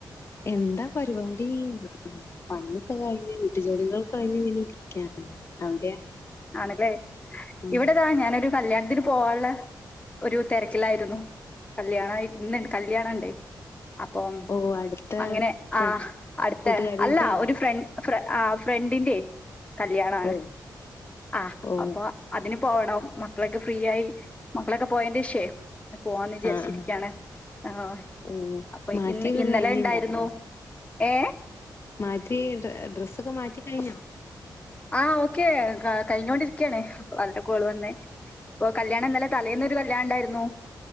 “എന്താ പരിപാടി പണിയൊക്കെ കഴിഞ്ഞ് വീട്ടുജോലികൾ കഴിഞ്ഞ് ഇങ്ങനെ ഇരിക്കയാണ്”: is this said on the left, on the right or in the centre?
Left